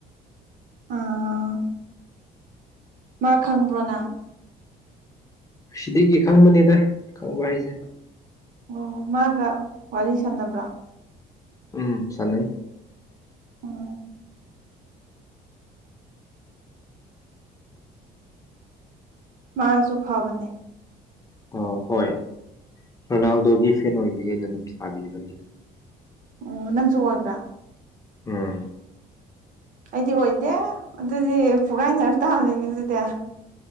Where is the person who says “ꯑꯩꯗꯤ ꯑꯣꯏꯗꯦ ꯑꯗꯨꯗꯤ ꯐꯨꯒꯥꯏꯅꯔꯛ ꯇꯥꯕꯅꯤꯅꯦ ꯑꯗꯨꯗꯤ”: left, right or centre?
Right